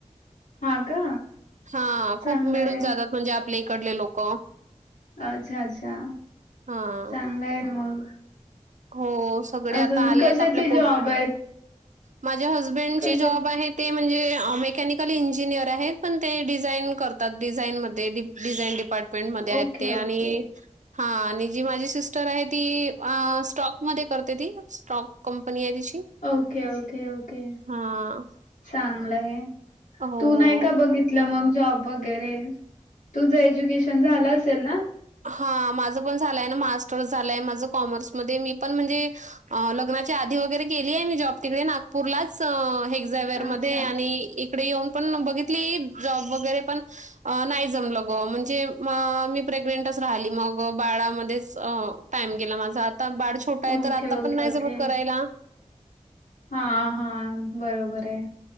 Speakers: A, on the left; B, on the right.
A: हा का
B: हा
A: चांगलंय
B: खूप मिळून जातात म्हणजे आप आपले इकडले लोक.
A: अच्छा अच्छा
B: हा.
A: चांगलं आहे ना मग.
B: हो सगळे
A: अजून
B: आता आले
A: कशाचे
B: आहेत. आपल्या पोट
A: जॉब आहेत
B: माझ्या हजबेंडची
A: कशा
B: जॉब आहेत. ते म्हणजे मेकॅनिकल इंजिनियर आहेत. पण ते डिझाईन करतात डिझाईनमध्ये डिझाईन डिपार्टमें मेंट मध्ये आहेत
A: ओके
B: ते आणि.
A: ओके
B: हा आणि जी माझी सिस्टर आहे. ती स्टॉकमध्ये करते ती स्टॉक. कंपनी आहे तिची.
A: ओके ओके ओके
B: हां.
A: चांगलंय.
B: हो.
A: तू नाही का बघितलं मग जॉब वगैरे, तुझं एज्युकेशन झालं असेल ना.
B: हा माझं पण झालंय ना मास्टर्स झालाय माझं कॉमर्समध्येध्ये मी पण म्हणजे. लग्नाच्या आधी वगैरे केली आहे मी जॉब तिकडे नागपूरलाच. जेवेअर
A: अच्छा
B: मध्ये इकडे येऊन बागितली जॉब वगैरे पण नाही. जमलं बुआ म्हणजे म मी प्रेग्नेंटच राहिली मग बाळामध्येच. टाइम गेला माझा आता बाळ छोटा आहे
A: ओके
B: तर आता
A: ओके
B: पण नाही
A: ओके
B: जमग करायला.
A: हा हा बरोबर आहे.